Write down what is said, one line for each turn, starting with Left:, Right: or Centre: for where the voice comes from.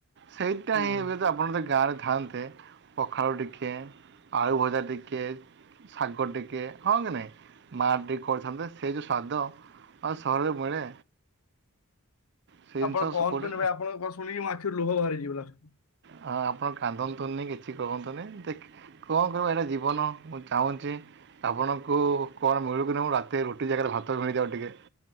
Right: ସେଇଟା
Left: ହୁଁ।
Right: ହିଁ ଏବେ ତ ଆପଣ ଯଦି ଗାଁରେ ଥାନ୍ତେ ପଖାଳ ଟିକେ, ଆଳୁ ଭଜା ଟିକେ। ଶାଗ ଟିକେ ହଁ କି ନାଇଁ ମା ଟିକେ କରିଥାନ୍ତେ ସେଇ ଯଉ ସ୍ଵାଦ। ଆଉ ସହର ରେ ମିଳେ? ସେ ଜିନିଷ
Left: ଆପଣ କହନ୍ତୁ
Right: କେଉଁଠି
Left: ନି ଭାଇ ଆପଣଙ୍କ କ ଶୁଣିକି ମ ଆଖିରୁ ଲୋହ ବାହାରିଯିବ ଲାଷ୍ଟ।
Right: ହଁ ଆପଣ କାନ୍ଦନ୍ତୁନି କିଛି କରନ୍ତୁନି। ଦେଖ କଣ କହିବ ଏଇଟା ଜୀବନ ମୁଁ ଚାହୁଁଛି ଆପଣଙ୍କୁ କଣ ମିଳୁ ରାତି ରେ ରୁଟି ଜାଗାରେ ଭାତ ମିଳିଯାଉ ଟିକେ।